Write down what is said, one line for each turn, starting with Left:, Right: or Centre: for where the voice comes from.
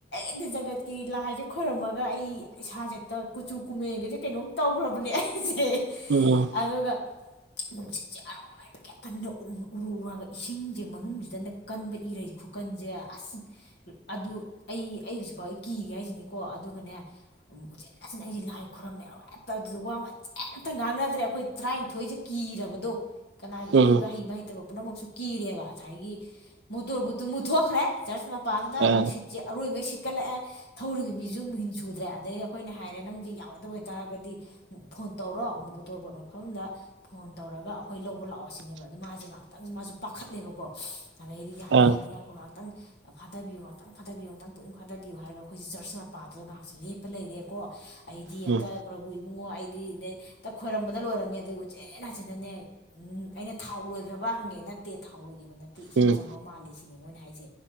Left: ꯅꯗ ꯖꯥꯒꯠꯀꯤ ꯂꯥꯏꯁꯦ ꯈꯣꯏꯔꯝꯃꯒ ꯑꯩ ꯏꯁꯥꯁꯦ ꯀꯨꯆꯨ ꯀꯨꯃꯦꯟꯒꯁꯦ ꯀꯩꯅꯣꯝ ꯇꯧꯈ꯭ꯔꯕ ꯕꯅꯤꯏꯁꯦ
Right: ꯎꯝ
Left: ꯑꯗꯨꯒ ꯅꯨꯡꯁꯤꯠꯁꯦ ꯑꯔ ꯍꯥꯏꯕ ꯀꯦ ꯇꯗ ꯎꯔꯨꯔꯒ ꯏꯁꯤꯡꯁꯦ ꯃꯅꯨꯡꯁꯤꯗꯅ ꯀꯟꯕ ꯏꯔꯩ ꯈꯨꯔꯀꯟꯁꯦ ꯑꯁ ꯑꯗꯨ ꯑꯩ ꯑꯩ ꯍꯧꯖꯤꯛꯐꯥꯎ ꯑꯩ ꯀꯤꯔꯤ ꯍꯥꯏꯁꯤꯅꯤꯀꯣ ꯑꯗꯨꯒꯅꯦ ꯎꯆꯦꯅꯥꯆꯅ ꯑꯩꯁꯤ ꯂꯥꯏ ꯈꯨꯣꯏꯔꯝꯃꯦ ꯂꯣꯏ ꯇꯧ ꯑꯗꯨꯗ ꯋꯥ ꯃꯟꯁꯦ ꯑꯝꯇ ꯉꯥꯡꯅꯗ꯭ꯔꯦ ꯑꯩꯈꯣꯏ ꯇꯔꯥꯅꯤꯊꯣꯏꯁꯦ ꯀꯤꯔꯕꯗꯣ ꯀꯅꯥ
Right: ꯎꯝ
Left: ꯏꯔꯣꯏꯕ ꯍꯩꯕ ꯍꯩꯇꯕ ꯄꯨꯝꯅꯃꯛꯁꯨ ꯀꯤꯔꯦꯕ ꯉꯁꯥꯏꯒꯤ ꯃꯣꯇꯣꯔꯕꯨꯠꯇꯨ ꯃꯨꯊꯣꯛꯈ꯭ꯔꯦ ꯆꯔꯆ ꯃꯄꯥꯗꯨꯗ
Right: ꯑꯥ
Left: ꯅꯨꯡꯁꯤꯠ ꯆꯦ ꯑꯔꯣꯏꯕꯩ ꯁꯤꯛꯀꯠꯂꯛꯑꯦ ꯊꯧꯔꯤꯕ ꯃꯤꯁꯨ ꯑꯗꯨꯝ ꯍꯤꯟ ꯁꯨꯗ꯭ꯔꯦ ꯑꯗꯩꯗꯤ ꯑꯩꯈꯣꯏꯅ ꯍꯥꯏꯔꯦ ꯅꯪꯁ ꯌꯥꯎꯔꯣꯏꯗꯕ ꯑꯣꯏꯇꯥꯔꯒꯗꯤ ꯐꯣꯟ ꯇꯧꯔꯣ ꯑꯣꯇꯣꯔꯕꯣꯠ ꯃꯐꯝꯗ ꯐꯣꯟ ꯇꯧꯔꯒ ꯑꯩꯈꯣꯏ ꯂꯧꯕ ꯂꯥꯛꯑꯣ ꯁꯤꯅꯦꯕ ꯑꯗꯨ ꯃꯥꯁꯦ ꯉꯥꯏꯍꯥꯛꯇꯪꯁ ꯃꯥꯁꯨ ꯄꯥꯈꯠꯂꯦꯕꯀꯣ ꯑꯗꯩꯗꯤ ꯌꯥꯅꯤ
Right: ꯑꯥ
Left: ꯌꯥꯅꯤꯉꯥꯏꯈꯣ ꯉꯥꯏꯍꯥꯛꯇꯪ ꯐꯥꯗꯕꯤꯌꯨ ꯉꯥꯛꯪ ꯐꯊꯕꯤꯌꯨ ꯉꯥꯛꯇꯪ ꯄꯨꯛꯅꯤꯡ ꯐꯥꯗꯕꯤꯌꯨ ꯍꯥꯏꯔꯒ ꯑꯩꯈꯣꯏꯁꯦ ꯆꯔꯆ ꯃꯄꯥꯗꯨꯒ ꯉꯥꯏꯍꯥꯛꯦ ꯂꯦꯞꯄ ꯂꯩꯔꯦꯀꯣ ꯑꯩꯗꯤ ꯍꯦꯛꯇ
Right: ꯎꯝ
Left: ꯄ꯭ꯔꯕꯨꯨ ꯏꯕꯨꯡꯉꯣ ꯑꯩꯗꯤ ꯍꯦꯛꯇ ꯈꯣꯏꯔꯝꯕꯗ ꯂꯣꯏꯔꯝꯃꯦ ꯑꯗꯨ ꯎ ꯎꯆꯦ ꯍꯥꯆꯤꯟꯅꯅꯦ ꯎꯝ ꯑꯩꯅ ꯊꯥꯎ ꯂꯣꯏꯈ꯭ꯔꯕ ꯍꯪꯉꯦ ꯅꯠꯇꯦ ꯊꯥꯎ ꯂꯣꯏꯈꯤꯕ ꯅꯠꯇꯦ ꯏꯁꯤꯡ
Right: ꯎꯝ
Left: ꯆꯪꯕ ꯃꯥꯜꯂꯤ ꯁꯤꯅꯦ ꯃꯣꯏꯅ ꯍꯥꯏ ꯍꯥꯏꯁꯦ